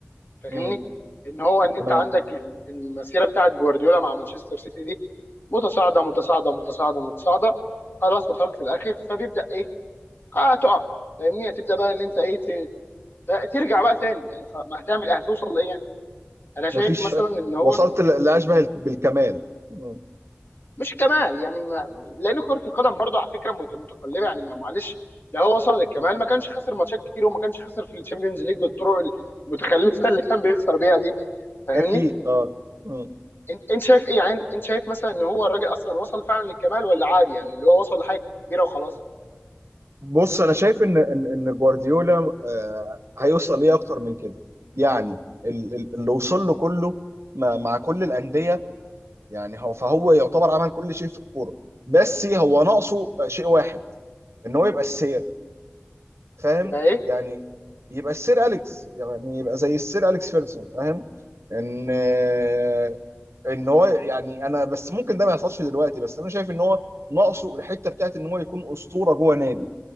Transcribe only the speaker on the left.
فاهمني
ان هو ان انت
عندك ال- المسيره بتاعت جوارديولا مع مانشستر سيتي دي متصاعده متصاعده متصاعده متصاعده خلاص وصلت في الاخر فبيبدا ايه اه تقع فاهمني هتبدا بقى ان انت ايه ت- ت- ترجع بقى تاني يعني خ- ما هتعمل ايه؟ هتوصل لايه يعني انا شايف
مثلا ان هو
مش كمال يعني ما لان كره القدم برضه على فكره مت- متقلبه يعني ما- معلش لو هو وصل للكمال
ما كانش خسر ماتشات كتير وما كانش خسر في الشامبيونز ليج بالطرق المتخلفه اللي كان بيخسر بيها دي فاهمني
انت انت شايف ايه يعني انت شايف مثلا ان هو الراجل اصلا وصل فعلا للكمال ولا عادي يعني اللي هو وصل لحاجه كبيره وخلاص
يبقى ايه